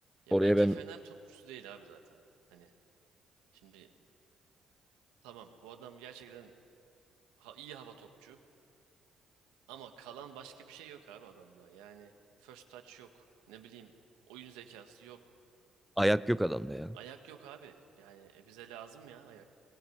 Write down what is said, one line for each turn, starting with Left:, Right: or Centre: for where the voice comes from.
Right: ya
Centre: Oraya
Right: bence
Centre: ben
Right: Fener topçusu değil abi zaten. Hani şimdi tamam bu adam gerçekten ha- iyi hava topçu. Ama kalan başka bir şey yok abi adamda. Yani first touch yok. Ne bileyim oyun zekası yok.
Centre: ayak yok adamda ya.
Right: Ayak yok abi. Yani e, bize lazım ya ayak.